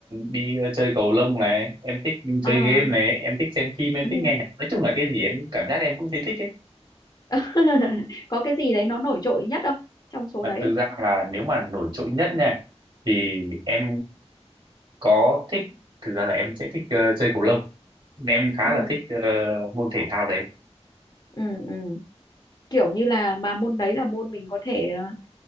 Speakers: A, on the right; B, on the left.
A: đi ờ, chơi cầu lông này, em thích
B: à
A: chơi game này, em thích xem phim, em
B: ừ.
A: thích nghe nhạc. Nói chung là cái gì em cảm giác em cũng thấy thích
B: <laughs> có cái gì đấy nó nổi trội nhất không trong số
A: À,
B: đấy
A: thực
B: không
A: ra là nếu mà nổi trội nhất nha thì em có thích thực ra là em sẽ thích ờ, chơi cầu lông em khá
B: ừ
A: là thích ờ, môn thể thao đấy
B: ừ ừ kiểu như là mà môn đấy là môn mình có thể ờ,